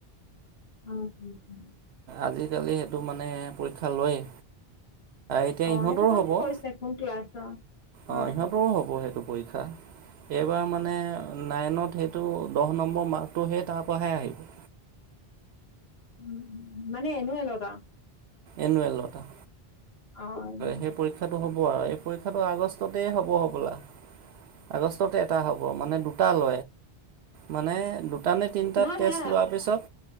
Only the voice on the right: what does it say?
আজিকালি সেইটো মানে পৰীক্ষা লয়। এতিয়া
ইহঁতৰো
হ'ব।
অ' ইিহঁতৰও হ'ব সেইটো পৰীক্ষা। এইবাৰ মানে নাইনত সেইটো দহ নম্বৰ মাৰ্কটোহে তাৰপৰাহে আহিব।
এনুৱেলতটা।
সেই পৰীক্ষাটো হ'ব আৰু এই পৰীক্ষাটো আগষ্টতেই হ'ব হ'বলা আগষ্টতে দু হ' মানে দুটা ল মানে তাৰমানে তিনিটা
টেষ্ট
লোৱাৰ পিছত